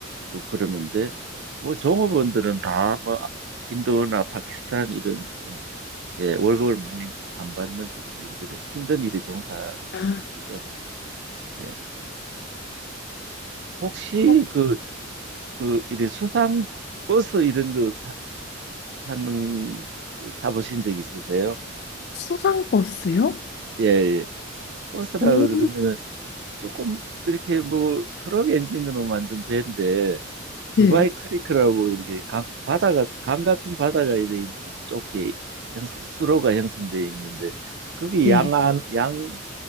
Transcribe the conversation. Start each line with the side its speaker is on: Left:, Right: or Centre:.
Right: 뭐 그러는데 뭐 종업원들은 다 뭐 인도나 파키스탄 이런 좀 예, 월급을 많이 안 받는 그런 일들에 힘든 일에 종사하죠.
Left: 아,
Right: 예. 혹시
Left: 어,
Right: 그, 그 이제 수상 버스 이런 거 타, 타는 거 타보신 적 있으세요?
Left: 수상 버스요?
Right: 예, 예. 버스라
Left: 오,
Right: 그러면은 조금 이렇게 뭐 트럭 엔진으로 만든 배인데
Left: 네,
Right: 두바이 크리크라고 이렇게 강, 바다가 강 같은 바다가 이렇게 좁게 형성, 수로가 형성되어 있는데 거기
Left: 네,
Right: 양안 양